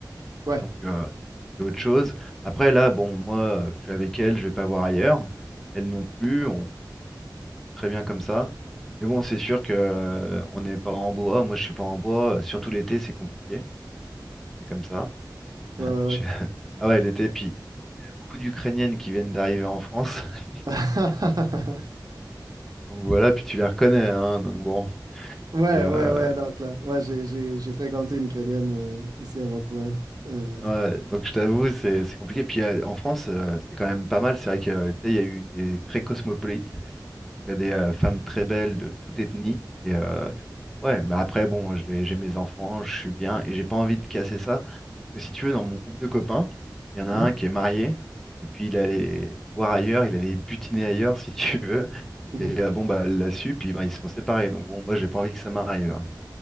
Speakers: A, on the right; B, in the centre.
A: Ouais.
B: Donc euh, c'est autre chose. Après, là, bon, moi, euh, je suis avec elle, je vais pas voir ailleurs. Elle non plus, on très bien comme ça. Mais bon, c'est sûr que euh, on n'est pas en bois. Moi, je suis pas en bois. euh, Surtout l'été, c'est compliqué. C'est comme ça.
A: Ouais,
B: <laughs>
A: ouais, ouais.
B: Je- Ah ouais, l'été, puis il y a beaucoup d'Ukrainiennes qui viennent d'arriver en France. <laughs>
A: <laughs>
B: Donc voilà, puis tu les reconnais, hein, donc bon.
A: Ouais,
B: Et euh,
A: ouais, ouais, donc là. Ouais, j'ai j'ai- j'ai fréquenté une Ukrainienne euh, ici à Vancouver. Euh,
B: ouais, donc je t'avoue, c'est c'est compliqué. Puis euh, en France, euh, c'est quand même pas mal. C'est vrai que euh, tu sais, il y a eu c'est très cosmopolite. T'as des euh, femmes très belles de toute ethnie. Et euh, ouais, mais après bon, j'ai j'ai mes enfants, je suis bien et j'ai pas envie de casser ça. Parce que si tu veux, dans mon groupe de copains, il y en a
A: mhm,
B: un qui est marié et puis il allait voir ailleurs, il allait butiner ailleurs si tu veux.
A: mhm.
B: Et euh, bon bah elle l'a su, puis bah, ils se sont séparés. Donc bon, moi j'ai pas envie que ça m'arrive. hein.